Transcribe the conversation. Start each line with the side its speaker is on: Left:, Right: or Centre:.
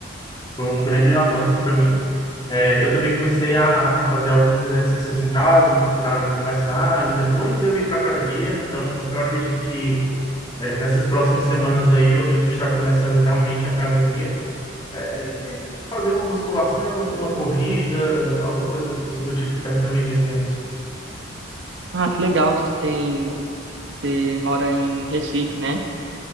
Left: foi um grande avanço para mim. É, eu também comecei a, a fazer alguns exercícios em casa para começar, e depois eu ir para academia. Então, eu acredito que é, nessas próximas semanas aí eu devo estar começando realmente a academia. É, e, e fazer uma musculação, uma corrida, alguma coisa assim do tipo perto da minha vizinhança.
Right: Ah, que legal, vocês têm Você mora em Recife, né?